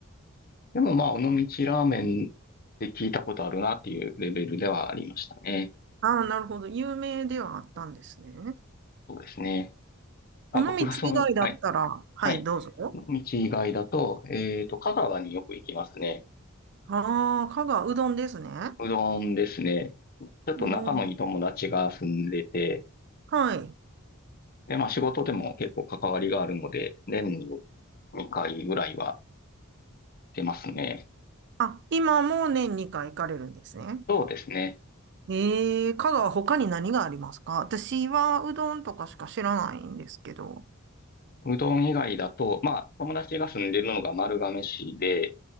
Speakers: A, on the left; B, on the right.
A: でもまあ、尾道ラーメンって聞いたことあるなっていうレベルではありましたね。
B: あー、なるほど。有名ではあったんですね。
A: そうですね。あ、僕がその、
B: 尾道以外だったら、
A: はい。
B: はい、
A: はい。
B: どうぞ。
A: 道以外だと、えっと、香川によく行きますね。
B: ああ、香川、うどんですね。
A: うどんですね。ちょっと仲のいい友達が住んでて、
B: うどん。はい。
A: で、まあ仕事でも結構関わりがあるので、年に2回ぐらいは出ますね。
B: あ、今も年2回行かれるんですね。
A: そうですね。
B: えー、香川他に何がありますか私はうどんとかしか知らないんですけど。
A: うどん以外だと、まあ友達が住んでるのが丸亀市で、